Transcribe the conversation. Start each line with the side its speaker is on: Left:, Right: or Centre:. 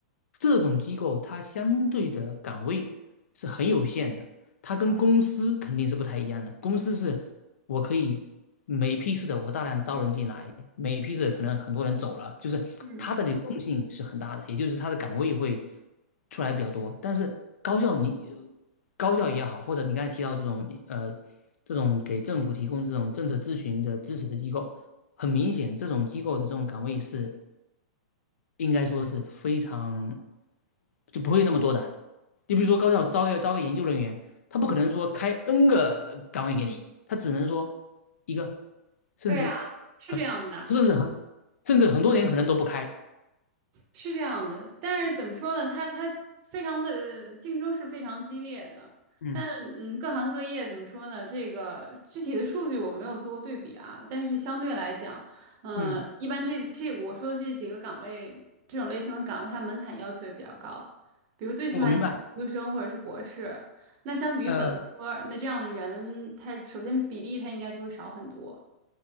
Left: 这种机构它相对的岗位是很有限的。它跟公司肯定是不太一样的。公司是我可以每批次的我大量招人进来，每批次可能很多人走了，就是它的流动性是很大的，
Right: 嗯，
Left: 也就是它的岗位会出来比较多。但是高校你高校也好，或者你刚才提到这种呃这种给政府提供这种政策咨询的支持的机构，很明显这种机构的这种岗位是应该说是非常就不会那么多的。你比如说高校招个招个研究人员，他不可能说开 N 个岗位给你，他只能说一个，甚至很甚至很甚至很多年可能都不开。
Right: 对啊，是这样的。是这样的，但是怎么说呢？它它非常的呃竞争是非常激烈的，
Left: 嗯
Right: 但嗯，各行各业怎么说呢？这个具体的数据我没有做过对比啊，但是相对来讲，嗯、
Left: 嗯，
Right: 一般这这我说的这几个岗位，这种类型的岗位，它门槛要求也比较高，比如最起码你研究生或者是博士，
Left: 我明白。
Right: 那相比于本科，
Left: 呃
Right: 那这样的人，他首先比例他应该就会少很多。